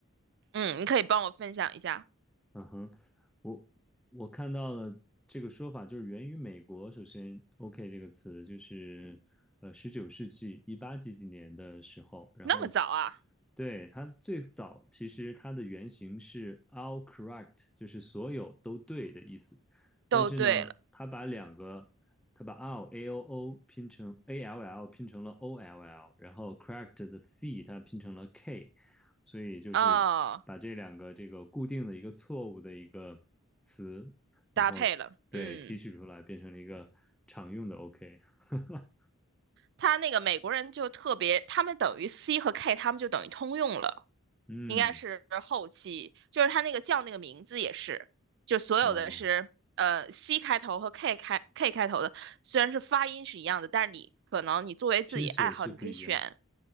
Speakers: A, on the right (about 55°); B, in the centre.
A: 嗯，你可以帮我分享一下。
B: 嗯哼，我我看到了这个说法，就是源于美国。首先，“OK” 这个词就是呃，十九世纪一八几几年的时候，然后
A: 那么早啊？
B: 对它最早其实它的原型是 “all correct”，就是所有都对的意思。但是呢，
A: 都对了，
B: 它把两个，它把 “all” A O O 拼成 A L L，拼成了 O L L，然后 “correct” 的 C 它拼成了 K，所以就是把这两个这个固定的一个错误的一个词，
A: 哦，
B: 然后对提取出来，
A: 搭配了。嗯，
B: 变成了一个常用的 OK。<laughs>
A: 他那个美国人就特别，他们等于 C 和 K，他们就等于通用了，
B: 嗯，
A: 应该是后期，就是他那个叫那个名字也是，就所有的是呃
B: 哦，
A: C 开头和 K 开 K 开头的，虽然是发音是一样的，但是你可能你作为自己爱好，
B: 拼写是不一样。
A: 你可以选。